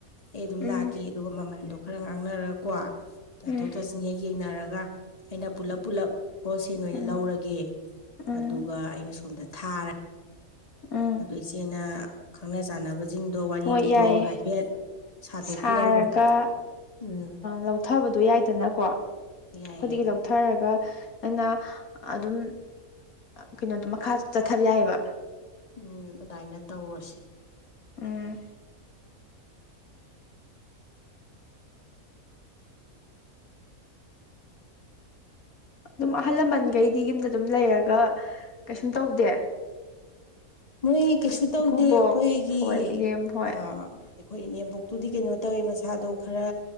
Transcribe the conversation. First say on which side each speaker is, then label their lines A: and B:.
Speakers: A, on the left; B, on the left.
A: ꯑꯩ ꯑꯗꯨꯝ
B: ꯎꯝ
A: ꯂꯥꯛꯀꯦ ꯑꯗꯨꯒ ꯃꯃꯟꯗꯣ ꯈꯔ ꯉꯥꯡꯅꯔꯒꯀꯣ ꯇꯥꯊꯣꯛ
B: ꯎꯝ
A: ꯇꯥꯁꯤꯟ ꯍꯦꯛ ꯌꯦꯡꯅꯔꯒ ꯑꯩꯅ ꯄꯨꯜꯂꯞ ꯄꯨꯜꯂꯞ ꯍꯣꯜꯁꯦꯜ ꯑꯣꯏꯅ
B: ꯎꯝ
A: ꯂꯧꯔꯒꯦ
B: ꯎꯝ
A: ꯑꯗꯨꯒ ꯑꯩꯅ ꯁꯣꯝꯗ ꯊꯥꯔꯦ
B: ꯎꯝ
A: ꯑꯗꯨ ꯏꯆꯦꯅ ꯈꯪꯅ ꯆꯥꯟꯅꯕꯁꯤꯡꯗꯣ ꯋꯥꯔꯤꯗꯣ
B: ꯍꯣꯏ ꯌꯥꯏꯌꯦ
A: ꯍꯥꯏꯐꯦꯠ ꯁꯥꯗꯣꯛꯄꯤꯔꯝꯃꯣ
B: ꯁꯥꯔꯒ
A: ꯎꯝ
B: ꯂꯧꯊꯕꯗ ꯑꯗꯨ ꯌꯥꯏꯗꯅꯀꯣ ꯑꯩꯈꯣꯏꯗꯒꯤ
A: ꯌꯥꯏ ꯌꯥꯏ
B: ꯂꯧꯊꯔꯒ ꯅꯪꯅ ꯑꯗꯨꯝ ꯀꯩꯅꯣꯗ ꯃꯈꯥ ꯆꯠꯊꯕ ꯌꯥꯏꯌꯦꯕ
A: ꯎꯝ ꯑꯗꯨꯃꯥꯏꯅ ꯇꯧꯔꯁꯤ
B: ꯎꯝ ꯑꯗꯨꯝ ꯑꯍꯜ ꯂꯃꯟꯈꯩꯗꯤ ꯌꯨꯝꯗ ꯑꯗꯨꯝ ꯂꯩꯔꯒ ꯀꯩꯁꯨꯝ ꯇꯧꯗꯦ
A: ꯃꯣꯏ ꯀꯩꯁꯨ ꯇꯧꯗꯦ
B: ꯏꯀꯨꯕꯣꯛ
A: ꯑꯩꯈꯣꯏꯒꯤ
B: ꯍꯣꯏ ꯏꯅꯦꯝ ꯍꯣꯏ
A: ꯑꯩꯈꯣꯏ ꯏꯅꯦꯝꯕꯣꯛꯇꯨꯗꯤ ꯀꯩꯅꯣ ꯇꯧꯋꯦ ꯃꯁꯥꯗꯣ ꯈꯔ